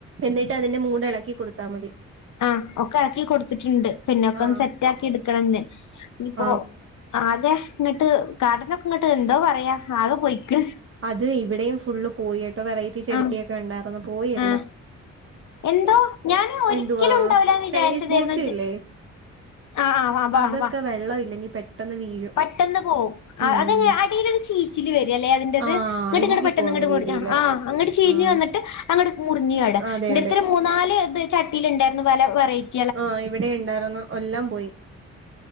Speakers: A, on the right; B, on the left.
A: എന്നിട്ടതിന്റെ മൂട് എളക്കിക്കൊടുത്താ മതി
B: ആഹ് ഒക്കെ ഇളക്കി കൊടുത്തിട്ട് ഇണ്ട് പിന്നൊക്കൊന്ന്
A: ആ
B: സെറ്റാക്കി എടുക്കണംന്ന് ഇനിപ്പോ
A: ആ
B: ആകെ ഇങ്ങട്ട് കാർഡനൊക്കിങ്ങട്ടെന്തോ പറയാ ആകെ പോയ്ക്ക്ണ്
A: അത് ഇവിടെയും ഫുള്ള് പോയിയെട്ടോ വെറൈറ്റി ചെടിയൊക്കെണ്ടായിരുന്നു
B: ആ
A: പോയിയെല്ലാം
B: ആ എന്തോ ഞാൻ ഒരിക്കലുണ്ടാവുലാ
A: എന്തുവാ
B: വിചാരിച്ചതേര്ന്നു
A: ചൈനീസ് ബോൾസി
B: ജെ
A: ഇല്ലേ
B: ആഹ് ആഹ് വാ വാ
A: അതൊക്കെ
B: വാ
A: വെള്ളം ഇല്ലെങ്കി പെട്ടെന്ന് വീഴും
B: പട്ടെന്ന് പോവും
A: ഉം
B: അതെ അടീലൊരു ചീച്ചില് വരല്ലെ അതിന്റെത്
A: ആഹ്
B: ഇങ്ങട്ട്
A: അഴുകി
B: ഇങ്ങട് പെട്ടെന്നിങ്ങട്
A: പോവുന്ന
B: മുർ
A: രീതിയില്
B: ആഹ് അങ്ങ്ട്ട് ചീഞ്
A: ആഹ്
B: വന്നിട്ട് അങ്ങ്ട്ട് മുറിഞ്ഞ് ആട
A: അതെ
B: ഇൻ്റെട്ത്തൊരു
A: അതെ
B: മൂ നാല് ഇത് ചട്ടിയിലിണ്ടായിരുന്നു പല വെറൈറ്റി
A: ആഹ് ഇവിടെയുണ്ടായിരുന്നു എല്ലാം പോയി